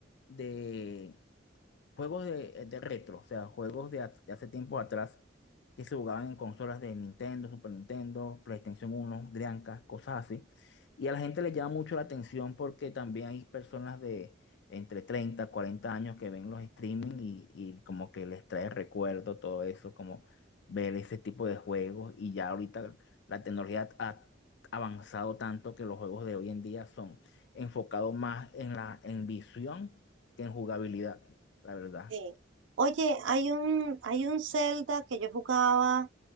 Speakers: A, on the left; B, on the right.
A: de, Juegos de, de retro, o sea, juegos de, at- de hace tiempo atrás que se jugaban en consolas de Nintendo, Super Nintendo, PlayStation uno, Dreamcast, cosas así. Y a la gente le llama mucho la atención porque también hay personas de entre 30, 40 años que ven los streaming y, y como que les trae recuerdo todo eso, como ver ese tipo de juegos. Y ya ahorita la tecnología ha avanzado tanto que los juegos de hoy en día son enfocados más en la en visión que en jugabilidad la verdad.
B: Sí. Oye, hay un, hay un Zelda que yo jugaba,